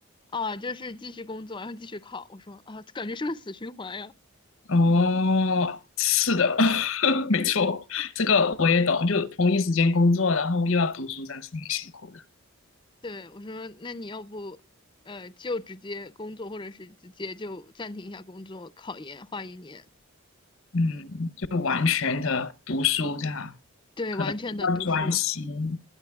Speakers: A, on the left; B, on the left.
A: 啊，就是继续工作，然后继续考。我说啊，感觉是个死循环呀。
B: 哦，是的，<laughs> 没错，这个我也懂。就同一时间工作，然后又要读书，这样是挺辛苦的。
A: 对，我说，那你要不，呃，就直接工作，或者是直接就暂停一下工作，考研换一年。
B: 嗯，就完全的读书这样，
A: 对，
B: 可能比较专心。
A: 完全的读书。